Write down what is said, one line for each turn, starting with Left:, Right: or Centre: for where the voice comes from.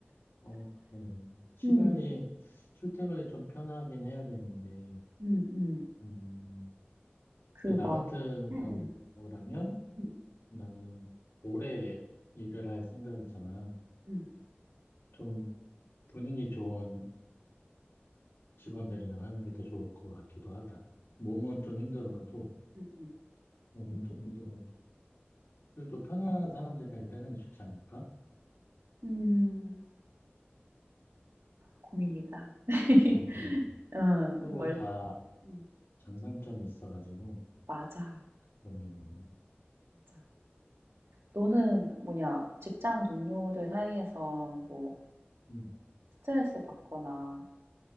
Left: 어, 그러네. 시간이,
Right: 음,
Left: 출퇴근이 좀 편하긴 해야 되는데,
Right: 음, 음.
Left: 음,
Right: 그
Left: 근데 나
Right: 막,
Left: 같은
Right: 음, 음,
Left: 경우라면
Right: 음,
Left: 나는 오래 일을 할 생각이잖아.
Right: 음,
Left: 좀 분위기 좋은 직원들이랑 하는 게 더 좋을 것 같기도 하다. 몸은 좀 힘들어도,
Right: 음, 음.
Left: 몸은 좀 힘들어도, 그래도 편안한 사람들이랑 일하는 게 좋지 않을까?
Right: 음, 고민이다. <laughs>
Left: 고민이네.
Right: 어,
Left: 서로
Right: 뭘?
Left: 다
Right: 음,
Left: 장단점이 있어가지고
Right: 맞아,
Left: 고민이네.
Right: 맞아. 너는 뭐냐, 직장 동료들 사이에서 뭐
Left: 음,
Right: 스트레스 받거나